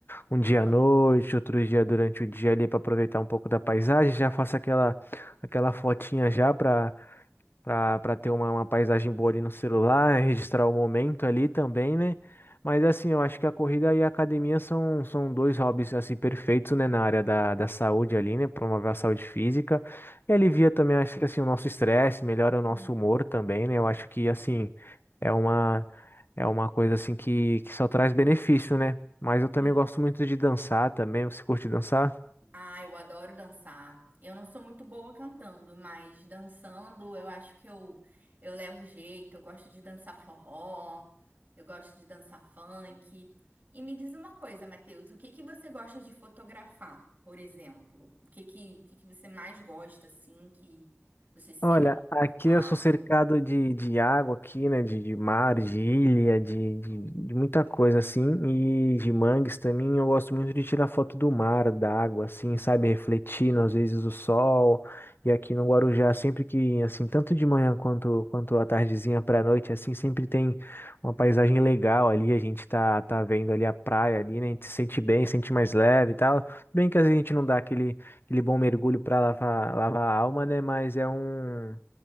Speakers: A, on the left; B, on the right.
A: um dia
B: aham,
A: à noite, outro dia durante o dia ali para aproveitar um pouco da paisagem, já faço aquela aquela fotinha já para pra, pra ter uma, uma paisagem boa ali
B: é,
A: no celular, registrar o momento ali também, né? Mas assim, eu acho que a corrida e a academia são, são dois hobbies assim perfeitos, né, na área da, da saúde ali, né? Promover a saúde física. E alivia também, acho que assim, o nosso estresse, melhora o nosso
B: uhum,
A: humor também, né? Eu acho que
B: aham.
A: assim, é uma, é uma coisa assim que, que só traz benefício, né? Mas eu também
B: E
A: gosto muito de dançar também. Você curte dançar?
B: Ah, eu adoro dançar. Eu não sou muito boa cantando, mas dançando eu acho que eu, eu levo jeito. Eu gosto de dançar forró, eu gosto de dançar funk. E me diz uma coisa, Matheus, o que que você gosta de fotografar, por exemplo? O que que, o que que você mais gosta, assim, que você se
A: Olha,
B: sente
A: aqui
B: confortável?
A: eu sou cercado de, de água aqui, né? De, de mar, de ilha, de, de, de muita coisa assim. E de mangues também. Eu gosto muito de tirar foto do mar, da água, assim, sabe? Refletindo, às vezes, o sol. E aqui no Guarujá, sempre que, assim, tanto de manhã quanto, quanto à tardezinha para a noite, assim, sempre tem uma paisagem legal ali. A gente tá, tá vendo ali a praia ali, né? A gente se sente bem, se sente mais leve e tal. Bem que às vezes a gente não dá aquele aquele bom mergulho para lavar, lavar a alma, né? Mas é um,